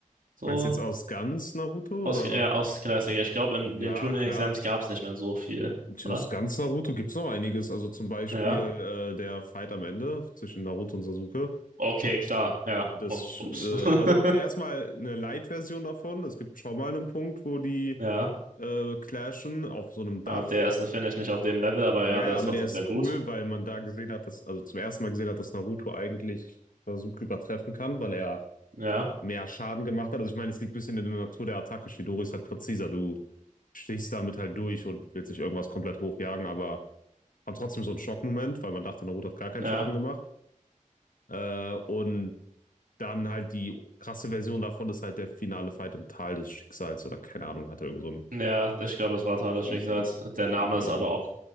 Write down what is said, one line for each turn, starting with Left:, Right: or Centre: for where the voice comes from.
Right: So
Left: meinst du jetzt aus ganz Naruto
Right: aus,
Left: oder?
Right: äh, aus Klassiker. Ich glaube, in
Left: Ja,
Right: den Tuning-Exams
Left: klar.
Right: gab es nicht mehr so viel,
Left: Hm,
Right: oder?
Left: Aus ganz Naruto gibt es noch einiges. Also zum Beispiel
Right: Ja.
Left: äh, der Fight am Ende zwischen Naruto und Sasuke.
Right: Okay, klar. Ja.
Left: Und
Right: Oh,
Left: das,
Right: ups.
Left: äh, also
Right: <laughs>
Left: erstmal eine Light-Version davon. Es gibt schon mal einen Punkt, wo die
Right: Ja.
Left: äh, clashen auf so einem Dach.
Right: Ah, der ist, finde ich, nicht auf dem Level, aber
Left: Ja,
Right: ja, der
Left: ja,
Right: ist
Left: aber
Right: trotzdem
Left: der ist
Right: sehr gut.
Left: cool, weil man da gesehen hat, dass, also zum ersten Mal gesehen hat, dass Naruto eigentlich Sasuke übertreffen kann, weil er
Right: Ja.
Left: mehr Schaden gemacht hat. Also ich meine, es liegt ein bisschen in der Natur der Attacke. Shidori ist halt präziser. Du stichst damit halt durch und willst nicht irgendwas komplett hochjagen, aber hat trotzdem so einen Schockmoment, weil man dachte, Naruto hat gar keinen
Right: Ja.
Left: Schaden gemacht. Äh, und Dann halt die krasse Version davon ist halt der finale Fight im Tal des Schicksals oder keine Ahnung, hat er irgend so einen
Right: Ja, ich glaube, das war Tat
Left: cheesy,
Right: des Schicksals. Der Name
Left: cheesy
Right: ist
Left: Namen.
Right: aber auch.